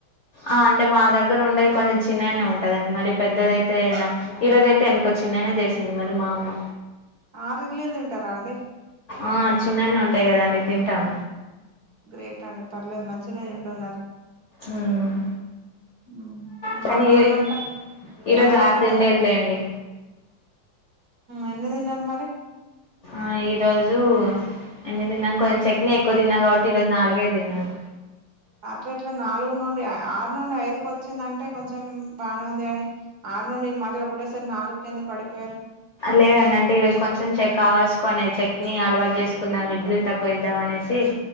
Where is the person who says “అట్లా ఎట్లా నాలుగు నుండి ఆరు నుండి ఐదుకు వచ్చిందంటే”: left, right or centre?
Right